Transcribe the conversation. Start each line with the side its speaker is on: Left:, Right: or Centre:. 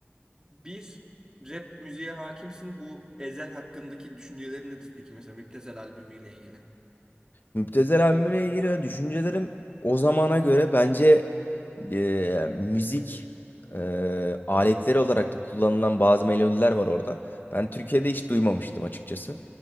Right: Bir rap müziğe hakimsin. Bu Ezel hakkındaki düşüncelerin nedir peki mesela Müptezel albümüyle ilgili?
Left: Müptezel albümüne ilgili düşüncelerim o zamana göre bence e, müzik e, aletleri olarak da kullanılan bazı melodiler var orada. Ben Türkiye'de hiç duymamıştım açıkçası.